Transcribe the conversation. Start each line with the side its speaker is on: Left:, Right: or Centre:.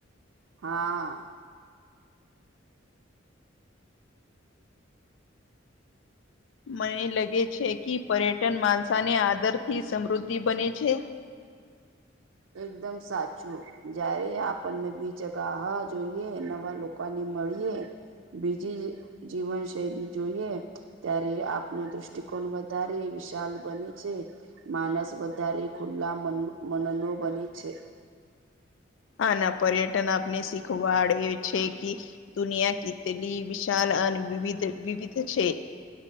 Right: હા.
Left: મને લગે છે કે પર્ય ટન માનસાની આદરથી સમૃદ્ધિ બને છે.
Right: એકદમ સાચું. જ્યારે આપણને બી જગાહા જોઈએ નવા લો કા ને મળીએ, બીજી જીવન શૈલી જોઈએ ત્યારે આપનો દૃષ્ટિકોણ વધારે વિશાલ બને છે. માનસ વધારે ખુલ્લા મન મનનો બને છે.
Left: હા ને પર્યટન આપને શીખવાડે છે કી દુનિયા કીતલી વિશાલ અને વિવિધ, વિવિધ છે.